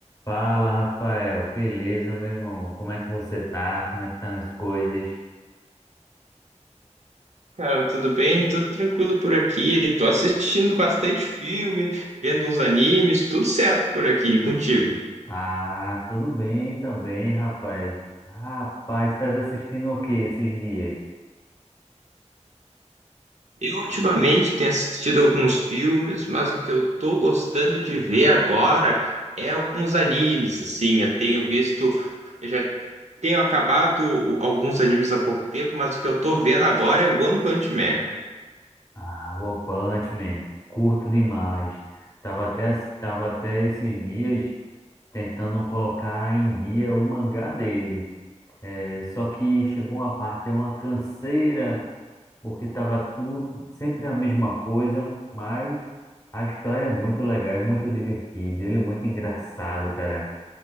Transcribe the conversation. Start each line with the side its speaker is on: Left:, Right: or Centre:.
Left: Fala, Rafael. Beleza, meu irmão? Como é que você tá? Como é que estão as coisas?
Right: Cara, tudo bem? Tudo tranquilo por aqui. Tô assistindo bastante filme, vendo uns animes, tudo certo por aqui, e contigo.
Left: Ah, tudo bem também, rapaz. Rapaz, estás assistindo o que esses dias?
Right: Eu ultimamente tenho assistido alguns filmes, mas o que eu tô gostando de ver agora é alguns animes, assim. Eu tenho visto, eu já tenho acabado o- alguns animes há pouco tempo, mas o que eu tô vendo agora é One Punch Man.
Left: Ah, One Punch Man. Curto demais. Tava até, ass- tava até esses dias tentando colocar em dia o mangá dele. É, só que chegou uma parte, deu uma canseira. porque estava tudo sempre a mesma coisa, mas a história é muito legal, é muito divertida, ele é muito engraçado, cara.